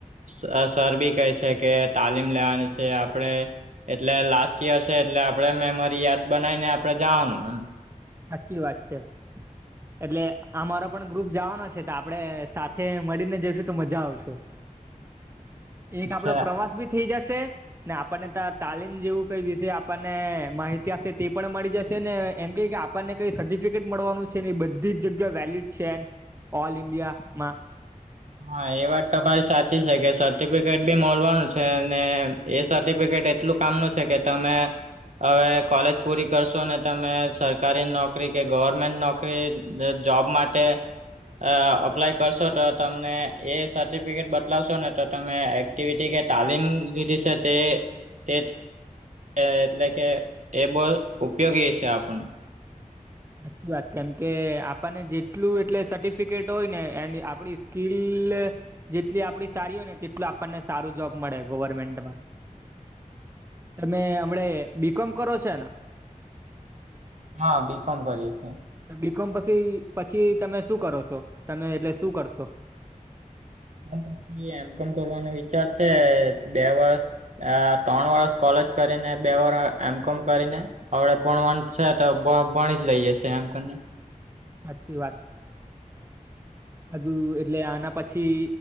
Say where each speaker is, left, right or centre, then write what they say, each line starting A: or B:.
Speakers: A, on the right (about 60°); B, on the right (about 20°).
A: સ અ સર બી કહે છે કે તાલીમ લેવાની છે આપડે. એટલે લાસ્ટ યર છે એટલે આપણે મેમરી યાદ બનાવીને આપણે જાવાનું એમ.
B: સાચી વાત છે. એટલે અમારો પણ ગ્રુપ જાવાનો છે તો આપણે સાથે મળીને જાશું તો મજા આવશે.
A: <inaudible>
B: એક આપડો
A: છે
B: પ્રવાસ બી થેઈ જશે. ને આપણને તા તાલીમ જેવું કંઈ વિશે આપણને માહિતી આપશે તે પણ મળી જશે ને એમ કેય કે આ આપણને કઈ સર્ટિફિકેટ મળવાનું છે ની બધી જ જગ્યાએ વેલિડ છે એ ઓલ ઈન્ડિયામાં.
A: હા એ વાત તમારી સાચી છે કે સર્ટિફિકેટ બી મલવાનું છે ને એ સર્ટિફિકેટ એટલું કામનું છે કે તમે હવે કોલેજ પૂરી કરશો ને તમે સરકારી નોકરી કે ગવર્મેન્ટ નોકરી જોબ માટે અ અપ્લાય કરશો તો તમને એ સર્ટિફિકેટ બતાલાવશો ને તો તમે એક્ટિવિટી કે તાલીમ લીધી છે તે તે એટલે કે એ બો ઉપયોગી છે આપણને.
B: સાચી વાત કેમ કે આપણને જેટલું એટલે સર્ટિફિકેટ હોય ને એન્ડ આપડી સ્કીલ જેટલી આપણી સારી હોયને તેટલું આપણને સારું જોબ મળે ગવર્મેન્ટમાં. તમે હમણે બીકોમ કરો છોને?
A: હા બી કોમ કરીએ છીએ.
B: બીકોમ પછી પછી તમે શું કરો શો તમે એટલે શું કરશો?
A: પછી એમ કોમ કરવાનો વિચાર છે બે વર્ષ. અ ત્રણ વરષ કોલેજ કરીને બે વરહ એમ કોમ કરીને અવડે ભણવાનું છે તો ભ ભણી જ લઈ જશે એમ કરને.
B: સાચી વાત.
A: <inaudible>
B: હજુ એટલે આના પછી